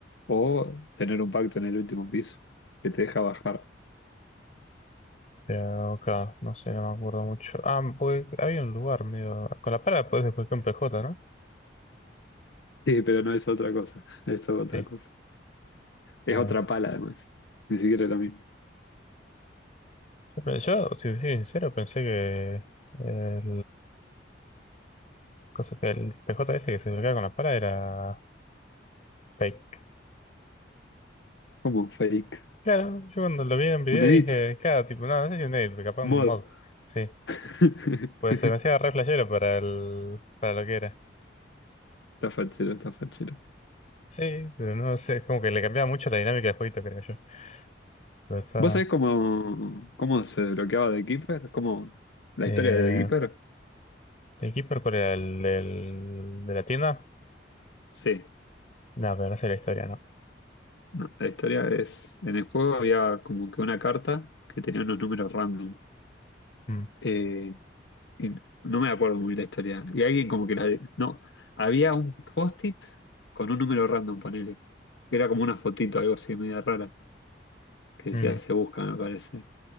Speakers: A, on the left; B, on the left.
A: O tener un pacto en el último piso que te deja bajar.
B: Pero, claro, no sé, no me acuerdo mucho. Ah, porque había un lugar medio... Con la pala podés desbloquear un PJ, ¿no?
A: Sí, pero no es otra cosa. Es otra
B: Sí.
A: cosa. Es
B: está
A: otra pala, además. Ni siquiera es la misma.
B: Yo, yo, si te soy sincero, pensé que el, cosa que el PJ ese que se acercaba con la pala era fake.
A: ¿Cómo? Fake.
B: Claro, yo cuando lo vi en video
A: Un edit.
B: dije, claro, tipo, no, no sé si un edit, pero capaz
A: Mod.
B: un mod. Sí,
A: <laughs>
B: pues se me hacía re flashero para, el, para lo que era.
A: Está fachero, está fachero.
B: Sí, pero no sé, es como que le cambiaba mucho la dinámica del jueguito, creo yo. Pero está.
A: ¿Vos sabés cómo, cómo se desbloqueaba The Keeper? ¿Cómo, la
B: Eh,
A: historia de The Keeper?
B: ¿el Keeper cuál era? ¿El del, de la tienda?
A: Sí,
B: No, pero no sé la historia, ¿no?
A: no, la historia es, en el juego había como que una carta que tenía unos números random.
B: Mm,
A: Eh, y no me acuerdo muy bien la historia. Y alguien como que la... de- No, había un post-it con un número random, ponele. que Era como una fotito, algo así, media rara, que
B: mm,
A: decía se busca, me parece.